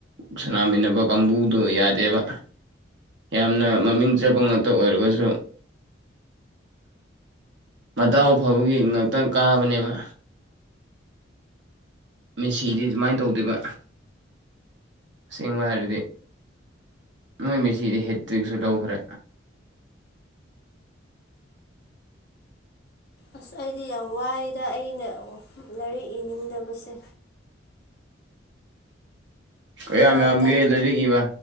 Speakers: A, on the right; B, on the left.
A: ꯁꯅꯥꯃꯤꯟꯅꯕ ꯀꯥꯡꯕꯨꯗꯣ ꯌꯥꯗꯦꯕ ꯌꯥꯝꯅ ꯃꯃꯤꯡ ꯆꯠꯄ ꯉꯥꯛꯇ ꯑꯣꯏꯔꯒꯁꯨ ꯃꯇꯥꯎ ꯐꯕꯒꯤ ꯉꯥꯛꯇꯪ ꯀꯥꯕꯅꯦꯕ ꯃꯦꯁꯤꯗꯤ ꯑꯗꯨꯃꯥꯏꯅ ꯇꯧꯗꯦꯕ ꯑꯁꯦꯡꯕ ꯍꯥꯏꯔꯗꯤ ꯃꯣꯏ ꯃꯦꯁꯤꯗꯤ ꯍꯦꯠꯇ꯭ꯔꯤꯛꯁꯨ ꯂꯧꯈ꯭ꯔꯦ
B: ꯑꯁ ꯑꯩꯗꯤ ꯌꯥꯝ ꯋꯥꯏꯗ ꯑꯩꯅ ꯂꯥꯏꯔꯤꯛ ꯏꯅꯤꯡꯗꯕꯁꯦ
A: ꯀꯌꯥꯝ
B: ꯌꯥꯝ
A: ꯌꯥꯝꯒꯦ
B: ꯇꯜꯂꯦ
A: ꯂꯩꯔꯤꯛꯏꯕ